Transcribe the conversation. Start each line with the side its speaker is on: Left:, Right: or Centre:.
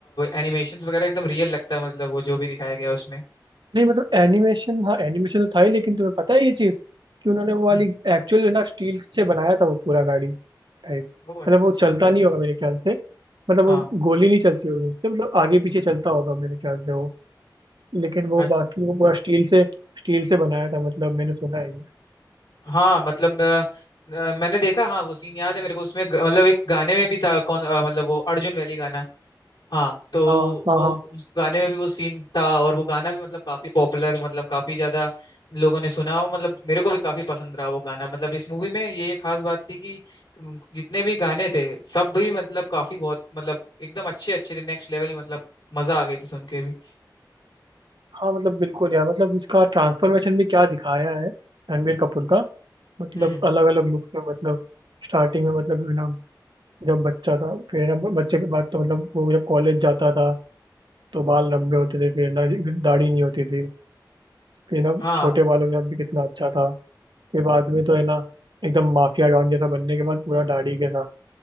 Left: एनिमेशंस वगैरह एकदम रियल लगता है मतलब वो जो भी दिखाया गया है उसमें
Right: नहीं मतलब एनिमेशन हाँ एनिमेशन तो था ही लेकिन तुम्हें पता है ये चीज कि उन्होंने वो वाली
Left: हम्म
Right: एक्चुअल ना स्टील से बनाया था वो पूरा गाड़ी टाइप
Left: ओ अच्छा
Right: मतलब वो चलता
Left: अच्छा
Right: नहीं होगा मेरे ख्याल से मतलब
Left: हाँ
Right: वो गोली नहीं चलती होगी उससे मतलब आगे पीछे चलता होगा मेरे ख्याल से वो लेकिन वो
Left: अच्छा
Right: बाकी वो पूरा स्टील से स्टील से बनाया था मतलब मैंने सुना है ये
Left: हाँ मतलब अ, अ, मैंने देखा हाँ वो सीन याद है मेरे को उसमें ग- मतलब एक गाने में भी था कौन अ, मतलब वो अर्जुन वैली गाना हाँ तो
Right: हाँ हाँ
Left: वो
Right: हाँ
Left: उस गाने में भी वो सीन था और वो गाना भी मतलब काफी पॉपुलर मतलब काफी ज्यादा लोगों ने सुना और मतलब मेरे को भी काफी पसंद रहा वो गाना मतलब इस मूवी में ये एक खास बात थी कि उम, जितने भी गाने थे सब भी मतलब काफी बहुत मतलब एकदम अच्छे अच्छे थे नेक्स्ट लेवल मतलब मजा आ गई थी सुन के भी
Right: हाँ मतलब बिल्कुल यार मतलब उसका ट्रांसफॉर्मेशन भी क्या दिखाया है रणबीर कपूर का मतलब
Left: हम्म
Right: अलग अलग लुक्स में मतलब स्टार्टिंग में मतलब है ना जब बच्चा था फिर है ना ब- बच्चे के बाद तो मतलब वो जब कॉलेज जाता था तो बाल लंबे होते थे फिर ना दाढ़ी नहीं होती थी फिर ना
Left: हाँ
Right: छोटे बालों के साथ भी कितना अच्छा था फिर बाद में तो है ना एकदम माफिया डॉन जैसा बनने के बाद पूरा दाढ़ी के साथ